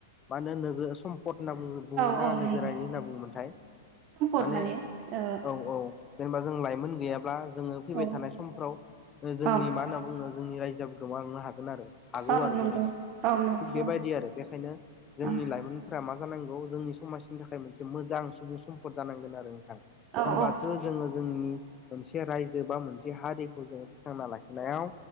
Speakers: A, on the left; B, on the right.
A: मा होनो नोगो सम पट होनना बुङो
B: औ
A: बना
B: औ
A: नोगोरारिनि
B: नंगौ
A: होनना बुङोमोनथाय
B: सम्पद
A: माने
B: ओ
A: औ औ जेनेबा जों लाइमोन गैया ब्ला जोङो फैबाय
B: ओं
A: थानाय समफ्राव जोंनि
B: औ
A: मा होनना बुङो जोंनि रायजो गोमांलांनो हा गोनआरो हागौ
B: औ
A: आरो
B: नंगौ
A: जेनेबा
B: औ नंगौ
A: थिग बेबायदि आरो बेखायनो जोंनि
B: औ
A: लाइमोनफोरा मा जानांगौ जोंनि समाजनि थाखाय मोनसे मोजां सुबुं सम्पद जानांगोन आरो नों थां
B: औ
A: होमबासो
B: औ
A: जोङो जोंनि मोनसे रायजो बा मोनसे हारिखौ जोङो फोथांना लाखिनायाव